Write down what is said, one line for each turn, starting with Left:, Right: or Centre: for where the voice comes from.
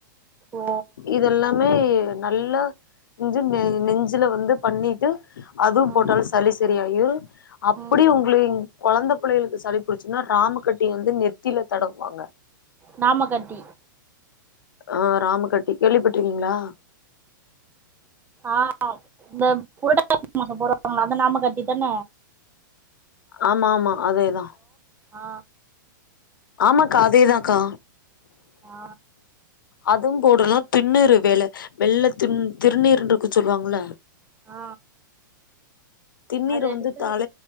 Right: ஓ
Left: இதுல்லாமே நல்ல <unintelligible> நெஞ்சுல வந்து பண்ணிட்டு அதுவோ
Right: ம்
Left: போட்டால் சளி செரி யூர் அப்டி
Right: ம்
Left: உங்க கொழந்த புள்ளைகளுக்கு சளி புடிச்சுனா ராமக்கட்டி வந்து நெத்தில தடுவாங்க
Right: நாமகட்டி
Left: ஆ ராம கட்டி கேள்விப்பட்ருக்கிங்ளா
Right: ஆ இந்த புரட்டாசி மாச போடுவாங்கல்ல அந்த நாம கட்டி தான
Left: ஆமாமா அதேதா
Right: ஆ
Left: ஆமாக்கா
Right: ஓ
Left: அதேதாக்கா
Right: ஆ
Left: அதும் போ கூடலா திண்ணுறு வேல வெள்ள துன் திருநீருன்றுக்கு சொல்லுவாங்கல்ல
Right: ஆ
Left: திண்ணீர
Right: அத
Left: வந்து
Right: எடுத்து
Left: தல